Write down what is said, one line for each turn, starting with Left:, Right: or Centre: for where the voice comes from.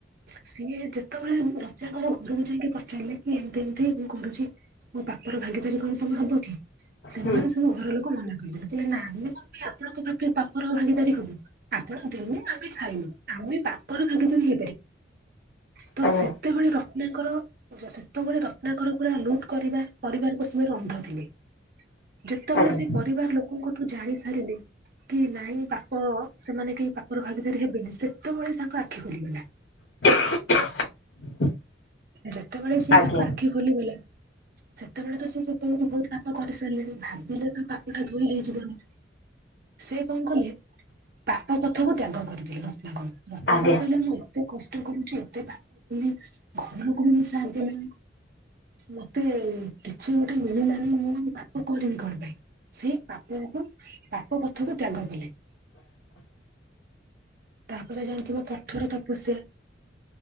Right: ସିଏ ଯେତେବେଳେ ରତ୍ନାକର ଘରକୁ ଯାଇକି ପଚାରିଲେକି ଏମିତି ଏମିତି ମୁଁ କରୁଛି। ମୋ ପାପର ଭାଗିଦାରୀ କଣ ତମେ ହବକି? ସେମାନେ
Left: ହୁଁ
Right: ସବୁ ଘର ଲୋକ ମନା କରିଦେଲେ କହିଲେ ନାଁ ଆମେ କଣ ପାଇଁ ଆପଣଙ୍କ ପାପ ପାପର ଭାଗିଦାରି ହବୁ। ଆପଣ ଦେଲେ ଆମେ ଖାଇଲୁ ଆମେ ବାପର ଭାଗିଦାରୀ ହେଇ ତ
Left: ଆଜ୍ଞା
Right: ସେତେବେଳେ ରତ୍ନାଙ୍କର ସେତେବେଳେ ରତ୍ନାଙ୍କରଙ୍କୁ ପୁରା ଲୁଟ କରିବା ପରିବାର ପୋଷିବାରେ ଅନ୍ଧ ଥିଲେ ଯେତେବେଳେ
Left: ଆଜ୍ଞା ଆଜ୍ଞା
Right: ସେ ପରିବାର ଲୋକଙ୍କୁ ଜାଣିସାରିଲେଲକି ନାଇଁ ପାପ ସେମାନେ କେହି ପାପର ଭାଗିଦାରୀ ହେବେନି ସେ ସେତବେଳେ ତାଙ୍କ ଆଖି ଖୋଲିଗଲା।
Left: <unintelligible>
Right: ଯେତେବେଳେ ସିଏ
Left: ଆଜ୍ଞା
Right: ତାଙ୍କ ଆଖି ଖୋଲିଗଲା। ସେତେବେଳେତ ସେ ସେତେବେଳେତ ବହୁତ ପାପ କରିସାରିଲେଣି ଭାବିଲେତ ପାପଟା ଧୋଇ ହେଇଯିବନି। ସେ କଣ କଲେ ପାପ ପଥକୁ ତ୍ୟାଗ କରିଥିଲେ ରତ୍ନାକର ରତ୍ନାକର
Left: ଆଜ୍ଞା
Right: କହିଲେ ମୁଁ ଏତେ କଷ୍ଟ କଷ୍ଟ କରୁଚ ଏତେ ପାପ ବୋଲି ଘର ଲୋକଙ୍କୁବି ସାଥ ଦେଲେନି। ମତେ କିଛି ଗୋଟେ ମିଳିଲାନି ମୁଁ ପାପ କରିବି କଣ ପାଇଁ? ସେଇ ପାପକୁ ପାପ କଥାକୁ ତ୍ୟାଗ କଲେ।
Left: <inaudible>
Right: ତାପରେ ଜାଣିଥିବ କଠୋର ତପସ୍ୟା।